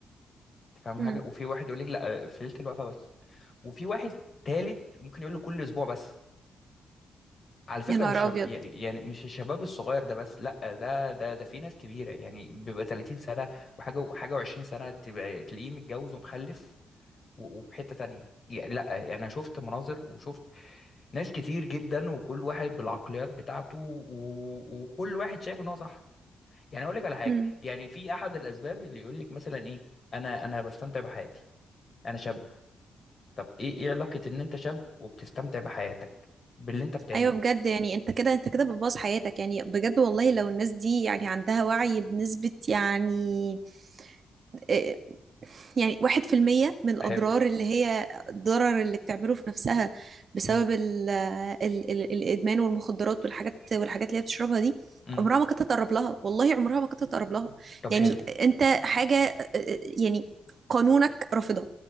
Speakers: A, on the left; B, on the right.
A: انت فاهم
B: امم
A: حاجه وفي واحد يقول لك لا في ليله الوقفه بس وفي واحد تالت ممكن يقول له كل اسبوع بس على فكره
B: يا نهار
A: مش شب...
B: ابيض
A: يعني يعني مش الشباب الصغير ده بس لا ده ده ده في ناس كبيره يعني بيبقى 30 سنه وحاجه وحاجه و20 سنه تبقى تلاقيه متجوز ومخلف و- وفي حته تانية يعني لا انا شفت مناظر وشفت ناس كتير جدا وكل واحد بالعقليات بتاعته و... وكل واحد شايف ان هو صح يعني اقول لك على حاجه
B: امم
A: يعني في احد الاسباب اللي يقول لك مثلا ايه انا انا بستمتع بحياتي انا شاب طب ايه ايه علاقه ان انت شاب وبتستمتع بحياتك باللي انت بتعمله
B: ايوه بجد يعني انت كده انت كده بتبوظ حياتك يعني بجد والله لو الناس دي يعني عندها وعي بنسبة يعني إيه، يعني واحد في المية من الأضرار
A: حلو
B: اللي هي الضرر اللي بتعمله في نفسها بسبب
A: امم
B: ال ال ال الإدمان والمخدرات والحاجات والحاجات اللي هي بتشربها دي
A: امم
B: عمرها ما كانت تقرب لها والله عمرها ما كانت تقرب لها
A: طب
B: يعني
A: حلو
B: أنت حاجة آه، آه، يعني قانونك رافضها